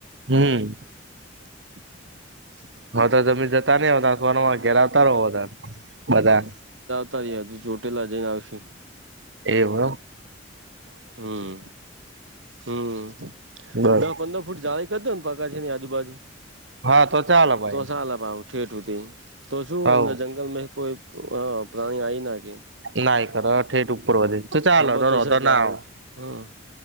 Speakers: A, on the right; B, on the right.
A: હમ
B: <inaudible>
A: હ તો જમી જતા નહ હો ત સોનોમાં ઘેરાવતા રહો બધા બધા.
B: હજ ચોટેલા જઈને આવશું.
A: એવ <inaudible>
B: હમ હમ
A: બર
B: દસ પંદર ફૂટ જાળી કરતો ને પગ છે આજુ બાજુ
A: હા તો ચાલે ભાઈ
B: તો સા લ ભાવું ઠેઠું હતી તો શું
A: હવ
B: અંદર જંગલ માં કોઈ હા પ્રાણી આ આવીને કે
A: ના કર થઠેટ ઉપર વધે તો ચાલ
B: ખબર છે
A: તો
B: કે
A: ના
B: આવું
A: આવ
B: હમ